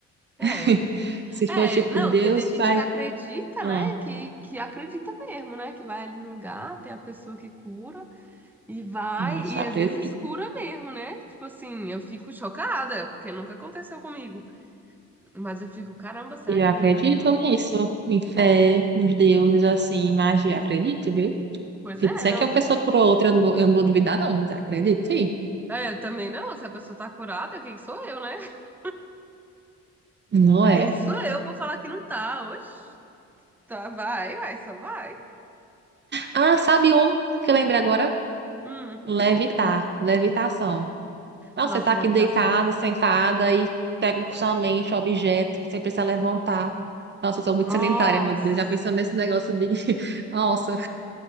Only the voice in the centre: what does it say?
É.
É,
não,
porque tem gente
que acredita,
né? Que, que acredita mesmo, né? Que vai ali no lugar, tem a pessoa que cura e vai,
e
às vezes cura mesmo, né? Tipo assim, eu fico chocada, porque nunca aconteceu comigo. Mas eu fico, caramba, será
que
é verdade mesmo?
É.
Pois é,
não.
tam-
É, eu também não. Se a pessoa tá curada, quem sou eu, né? <laughs>
Quem sou eu pra falar que não tá? Oxe, tá, vai, vai, só vai.
Hum.
Nossa,
levitação.
Nossa.